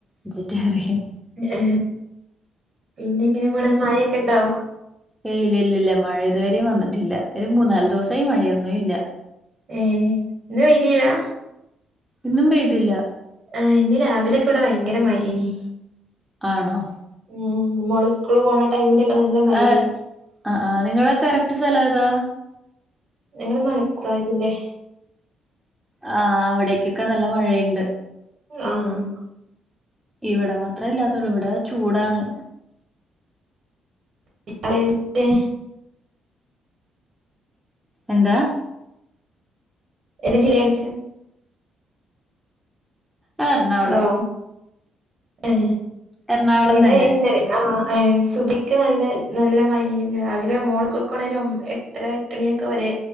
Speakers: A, in the centre; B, on the right.
A: വെജിറ്റേറിയൻ
B: ഏഹ് പിന്നെ എങ്ങനെ പോണ് ഇന്ന് മയൊക്കെ ഉണ്ടോ
A: എ യ് ഇല്ല ഇല്ല ഇല്ല മഴ ഇതുവരെയും വന്നിട്ടില്ല ഒരു മൂന്ന നാല് ദിവസമായി മഴയൊന്നും ഇല്ല
B: ഏഹ് ഇന്ന് വെയ്തീലാ
A: ഇന്നും പെയ്തില്ല
B: ആ ഇന്ന് രാവിലൊക്കെ ഇവിടെ ഭയങ്കര മഴയ്നീ
A: ആണോ?
B: ഉം മോള് സ്കൂള് പോണ ടൈമിലൊക്കെ നല്ല മയയ്ന്
A: ആ ആ ആ നിങ്ങളെ കറക്റ്റ് സ്ഥലം ഏതാ?
B: ഞങ്ങള് മലപ്പുറംയതില്ലേ
A: ആ അവിടേക്കൊക്കെ നല്ല മഴയുണ്ട്.
B: ആഹ്
A: ഇവിടെ മാത്രേ ഇല്ലാത്തള്ളൂ ഇവിടെ ചൂടാണ്.
B: <unintelligible>
A: എന്താ
B: എത് ജില്ലേണിച്ച
A: ആ എറണാകുളം
B: ഹലോ ഹെ
A: എറണാകുളം
B: ഇവിടെ
A: തന്നെ
B: ഇന്നലെ ആ സുബയ്ക്ക് നല്ല നല്ല മയയ്നി രാവിലെ മോള് സ്കൂൾകൂ കണവരെ എട്ടര എട്ടണിയൊക്കെ വരെ.